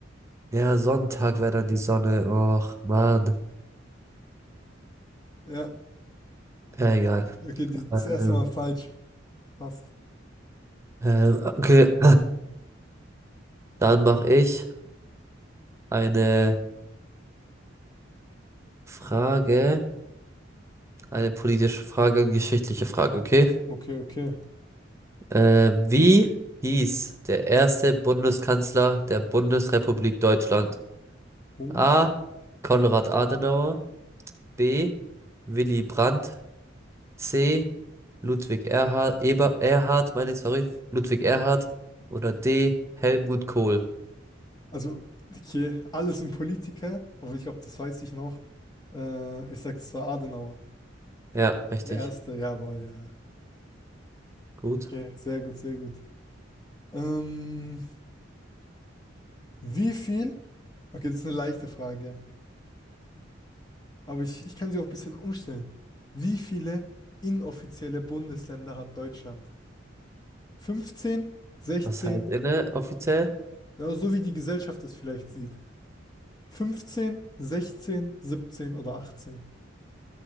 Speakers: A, on the right (about 15°); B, on the left (about 20°).
A: Ja, Sonntag wäre dann die Sonne. Och, Mann.
B: Ja,
A: Ja, egal.
B: okay, die, das
A: Ähm,
B: erste Mal falsch. Passt.
A: ähm, okay. Dann mache ich eine Frage. Eine politische Frage, geschichtliche Frage, okay?
B: Okay, okay.
A: Äh, wie hieß der erste Bundeskanzler der Bundesrepublik Deutschland?
B: Oh.
A: A. Konrad Adenauer, B. Willy Brandt, C. Ludwig Erhard, Eber, Erhard, meine ich, sorry, Ludwig Erhard oder D. Helmut Kohl.
B: Also, okay, alles ein Politiker, aber ich glaube, das weiß ich noch. Äh, ich sag, es war Adenauer.
A: Ja, richtig.
B: Der erste, jawohl, ja.
A: Gut.
B: Okay, sehr gut, sehr gut. Ähm, wie viel? Okay, das ist eine leichte Frage. Aber ich, ich kann sie auch ein bisschen umstellen. Wie viele inoffizielle Bundesländer hat Deutschland? 15, 16,
A: Was heißt inne offiziell?
B: ja, so wie die Gesellschaft es vielleicht sieht. 15, 16, 17 oder 18.